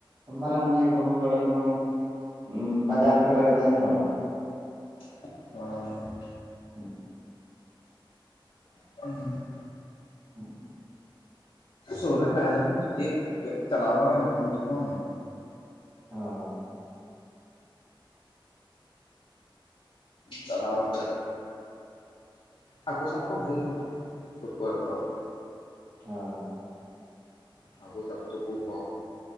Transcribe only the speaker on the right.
ᱢᱟᱨᱟᱝ ᱱᱟᱹᱭ <unintelligible> ᱜᱟᱰᱟ ᱠᱚᱦᱚᱸ ᱩᱸ ᱵᱟᱡᱟᱨ ᱯᱷᱮᱰ ᱨᱮᱜᱮ ᱛᱟᱦᱮᱸᱱ ᱫᱚᱼᱼ
ᱦᱩᱸ
ᱦᱩᱸ
<unintelligible>
ᱦᱳᱭ